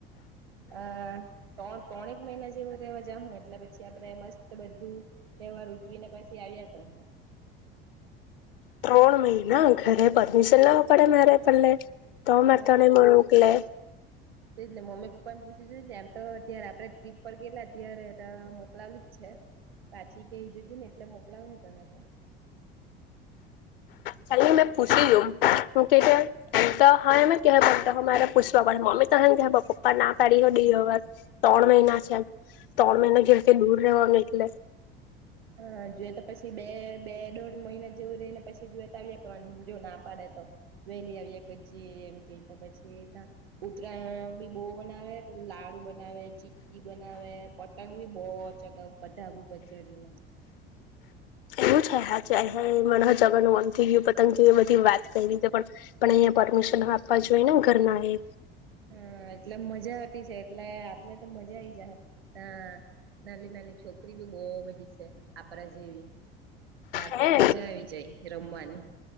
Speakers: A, on the right (about 80°); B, on the left (about 65°).
A: અ તણ ત્રણેક મહિના જેવા રહેવા જાહું એટલે પછી આપડે મસ્ત બધું તહેવાર ઉજવીને પછી આવ્યા કરહુ.
B: ત્રણ મહિના! ઘરે પરમિશન લેવા પડે મારે પેલ્લે.
A: હું
B: તો માર તને
A: તે
B: મ મોકલે.
A: જ ને મમ્મી પપ્પાને પૂછી જોજે એમ તો ત્યારે આપડે ટ્રીપ પર ગેલા ત્યારે તો મોકલાવલી જ છે. પાછી કેઈ જોજેની એટલે મોકલાવહે તને તો.
B: ચાલ ની મેં પૂછી જોમ હું કેય તે એમ તો હા એમજ કેહે પણ તો હો મારે પૂશવા પડે મમ્મી તો હા જ કેહે પણ પપ્પા ના પાડી હો દેય અવે તો? ત્રણ મહિના છે એમ ત્રણ મહિના ઘેરથી દૂર રહેવાનું એટલે.
A: હા જોએ તો પછી બે બે દોઢ મહિના જેવું રેયને પછી જોઈએ તો આવીયા કરવાનું જો ના પાડે વહેલી આવ્યા પછી એમ કે તો પછી ત્યાં ઉત્તરાયણ બી બો મનાવે લાડુ બનાવે, ચીકી બનાવે, પતંગ બી બો ચગાઉ ધાબા ઉપર ચડીને.
B: હ એવું છે અચ્છા મન હો જવાનું મન થયું પતંગ જે બધી વાત કયરી રીતે પણ અહીંયા પરમિશન હો આપવા જોઈએ ને ઘરના એ
A: હા એટલે મજા આવતી છે એટલે આપને તો મજા આઈ જાહે હા. નાલી નાલી છોકરી બી બો બધી છે આપણા જેવી એટલે આપને
B: હે
A: મજા આવી જાય રમવાની.